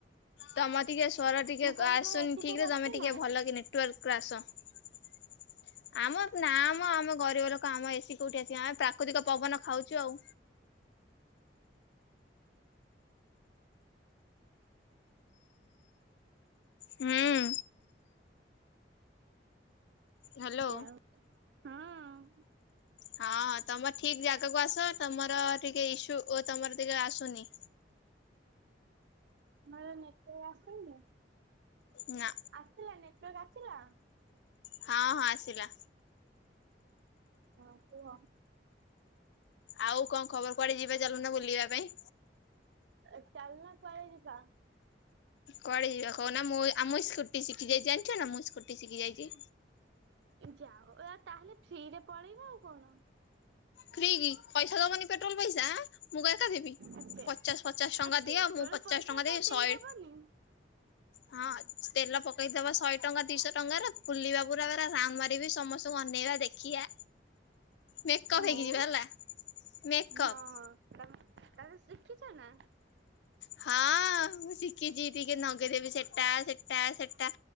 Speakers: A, on the left; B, on the right.
A: ତୋମ ଟିକେ ସ୍ୱର ଟିକେ
B: ମୁଁ କହିଲି
A: ଆସୁନି
B: ତମର ଏସି
A: ଠିକ୍
B: ଫେସି
A: ରେ।
B: ଅଛି
A: ତୋମେ ଟିକେ
B: ନା?
A: ଭଲ କିନି ଟୁୱେଲ୍ କ୍ଳାସ୍। ଆମ ନା ମୋ ଆମ ଗରିବ ଲୋକ ଆମ ଏସିି କୋଉଠି ଆସିବ? ଆମେ ପ୍ରାକୃତିକ ପବନ ଖାଉଛୁ ଆଉ। ହୁଁ ହ୍ୟାଲୋ
B: ଯା <inaudible> ହଁ
A: ହଁ ତୋମ ଠିକ୍ ଜାଗାକୁ ଆସ ତୋମର ଟିକେ ଇସ୍ୟୁ ଓ ତୋମର ଟିକେ ଆସୁନି।
B: ମୋର ନେଟୱାର୍କ ଆସୁନି?
A: ନା।
B: ଆସିଲା ନେଟୱାର୍କ ଆସିଲା?
A: ହଁ, ହଁ ଆସିଲା।
B: ହଁ କୁହ।
A: ଆଉ କଣ ଖବର କୁଆଡେ ଯିବା ଚାଲୁନ ବୁଲିବା ପାଇଁ?
B: ଏ ଚାଲୁନ କୁଆଡେ ଯିବା?
A: କୁଆଡେ ଯିବା କହୁନ? ମୁଁ ଏ ଆମ ଏ ସ୍କୁଟି ଶିଖି ଯାଇଛି ଜାଣିଛ ନା ମୁଁ ସ୍କୁଟି ଶିଖି ଯାଇଚି।
B: ଯା ହଉ ଏଆ ତାହେଲେ ଫ୍ରିରେ ପଳେଇବା ଆଉ କଣ।
A: ଫ୍ରି କି ପଇସା ଦବନି ପେଟ୍ରୋଲ୍ ପଇସା ଆଁ? ମୁଁ କଣ ଏକା ଦେବି?
B: ଏତେ
A: ପଚାଶ ପଚାଶ ଟଙ୍କା
B: ଆଉ ପେଟ୍ରୋଲ
A: ଦିଅ ମୁଁ ପଚାଶ
B: ପଇସା
A: ଟଙ୍କା
B: ତ
A: ଦେବି
B: ଦେଇଦବନି
A: ଶଏ ହଁ ତେଲ ପକେଇଦବା ଶଏ ଟଙ୍କା ଦିଶ ଟଙ୍କା ରେ ବୁଲିବା ପୁରା ବେରା ରାଉଣ୍ଡ ମାରିବି ସମସ୍ତଙ୍କୁ ଅନେଇବା ଦେଖିବା। ମେକଅପ୍
B: ହଉ
A: ହେଇକି ଯିବା ହେଲା ମେକଅପ୍
B: ହଁ ତୋମେ ତୋମେ ଶିଖିଛ ନା?
A: ହଁ ମୁଁ ଶିଖିଛି ଟିକେ ନଗେଇଦେବି ସେଟା ସେଟା ସେ ତା